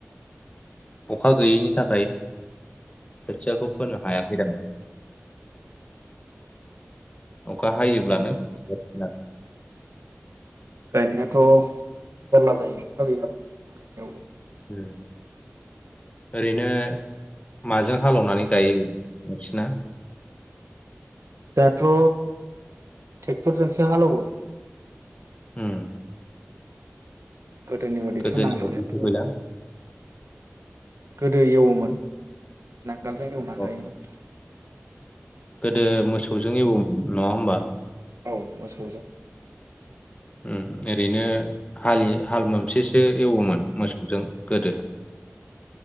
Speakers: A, on the left (about 25°); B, on the right (about 80°).
A: अखा गैयैनि थाखाय खोथियाखौ फोनो हायाखैदां अखा हायोब्लानो <unintelligible>
B: गायनायाथ' जारला जायो अखा गैयाब्ला गायनायावबो
A: उम ओरैनो माजों हालेवनानै गायो नोंसिना?
B: दाथ' टेक्टरजोंसो हालौवो
A: उम
B: गोदोनि बादिथ'
A: गोदोनि
B: नांगोलजों
A: बायदि फैबायना
B: गोदो एवोमोन नांगोलजों हेवनानै
A: अ
B: गायोमोन
A: गोदो मोसौजों एववो नंङा होमबा
B: औ मोसौजों
A: <unintelligible> ओरैनो हालि हाल मोनसे एवोमोन मोसौजों गोदो <inaudible>